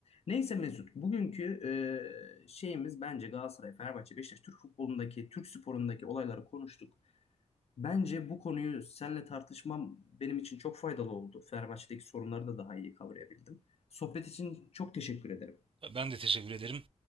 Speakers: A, on the left; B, on the right.
A: Neyse Mesut, bugünkü e, şeyimiz bence Galatasaray, Fenerbahçe, Beşiktaş, Türk futbolundaki, Türk sporundaki olayları konuştuk. Bence bu konuyu seninle tartışmam benim için çok faydalı oldu. Fenerbahçe'deki sorunları da daha iyi kavrayabildim. Sohbet için çok teşekkür ederim.
B: Ben de teşekkür ederim.